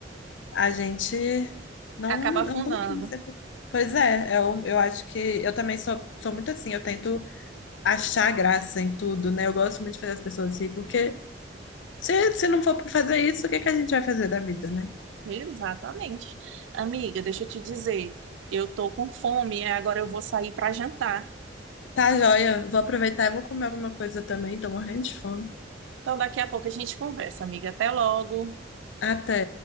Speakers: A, on the left; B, on the right.
A: a gente não,
B: acaba afundando
A: não tem como ser. Pois é, eu, eu acho que eu também sou, sou muito assim, eu tento achar graça em tudo, né? Eu gosto muito de fazer as pessoas rir, porque Se, se não for fazer isso, o que que a gente vai fazer da vida, né?
B: Exatamente. Amiga, deixa eu te dizer, eu tô com fome, é, agora eu vou sair para jantar.
A: Tá, joia. Vou aproveitar e vou comer alguma coisa também. Tô morrendo de fome.
B: Então daqui a pouco a gente conversa, amiga. Até logo.
A: Até.